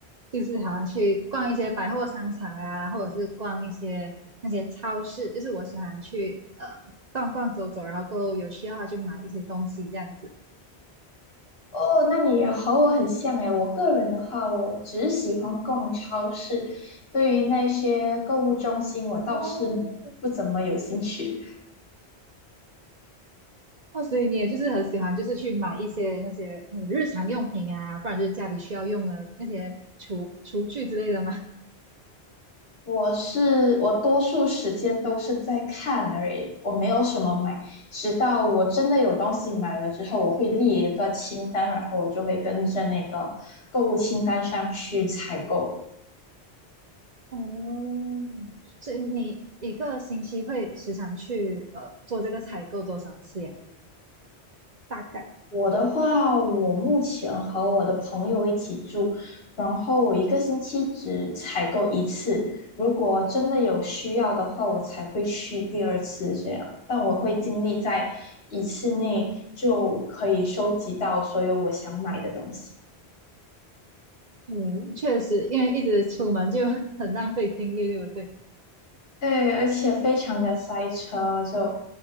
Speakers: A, on the right (about 45°); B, on the left (about 65°).
A: 就是好像去逛一些百货商场啊，或者是逛一些那些超市，就是我喜欢去呃逛逛走走，然后过后有需要的话就买一些东西这样子。
B: 哦，那你也和我很像诶。我个人的话，我只喜欢逛超市，对于那些购物中心，我倒是不怎么有兴趣。
A: 哦，哦，所以你也就是很喜欢，就是去买一些那些嗯日常用品啊，不然就是家里需要用的那些厨厨具之类的吗？
B: 我是我多数时间都是在看而已，我没有什么买。直到我真的有东西买了之后，我会列一个清单，然后我就会跟着那个购物清单上去采购。
A: 哦，所以你一个星期会时常去呃做这个采购多少次呀？大概，
B: 我的话，我目前和我的朋友一起住，然后我一个星期只采购一次，如果真的有需要的话，我才会去第二次这样。但我会尽力在一次内就可以收集到所有我想买的东西。
A: 嗯，确实，因为一直出门就 <laughs> 很浪费精力，对不对？
B: 对，而且非常的塞车，就